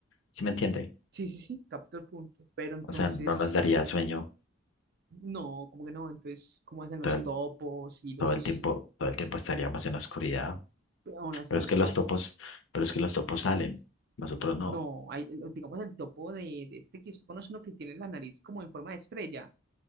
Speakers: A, on the left; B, on the right.
A: ¿sí me entiende?
B: Sí, sí, sí, capto el punto. Pero entonces,
A: O sea, no nos daría sueño
B: <clears throat> no, como que no. Entonces, ¿cómo hacen los
A: todo el,
B: topos y los,
A: todo el tiempo, todo el tiempo estaríamos en la oscuridad.
B: aún así
A: Pero
B: los
A: es que los
B: topos?
A: topos, pero es que los topos salen, nosotros no.
B: No, hay, eh, digamos el topo de, de este que usted conoce, uno que tiene la nariz como en forma de estrella.